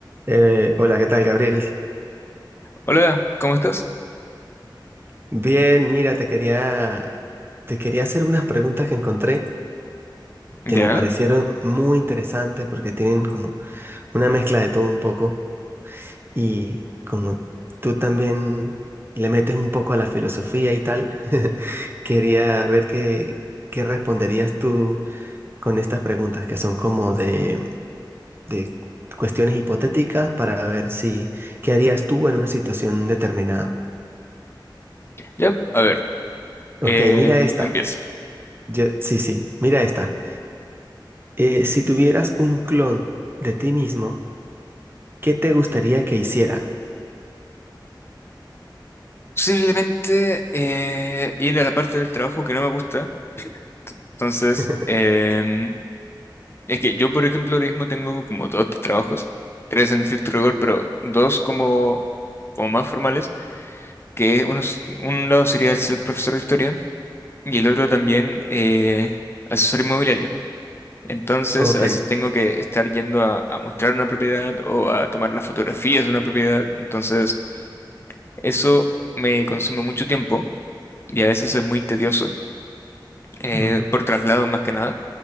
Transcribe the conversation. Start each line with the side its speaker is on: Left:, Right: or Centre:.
Right: Eh, hola, ¿qué tal, Gabriel?
Left: Hola, ¿cómo estás?
Right: Bien, mira, te quería, te quería hacer unas preguntas que encontré
Left: Ya,
Right: que me parecieron muy interesantes porque tienen como una mezcla de todo un poco y como tú también le metes un poco a la filosofía y tal, <laughs> quería ver qué, qué responderías tú con estas preguntas que son como de, de cuestiones hipotéticas para ver si, ¿qué harías tú en una situación determinada?
Left: ya, a ver,
Right: Ok,
Left: eh,
Right: mira esta.
Left: empieza.
Right: Yo- sí, sí, mira esta. Eh, si tuvieras un clon de ti mismo, ¿qué te gustaría que hiciera?
Left: Simplemente eh, ir a la parte del trabajo que no me gusta. Entonces,
Right: <laughs>
Left: em, es que yo, por ejemplo, ahora mismo tengo como dos trabajos, tres en estricto rigor, pero dos como, como más formales, que uno, es- un lado sería ser profesor de historia y el otro también eh, asesor inmobiliario. Entonces,
Right: Ok.
Left: a veces tengo que estar yendo a, a mostrar una propiedad o a tomar las fotografías de una propiedad. Entonces, Eso me consume mucho tiempo y a veces es muy tedioso eh,
Right: Ujú.
Left: por traslado más que nada.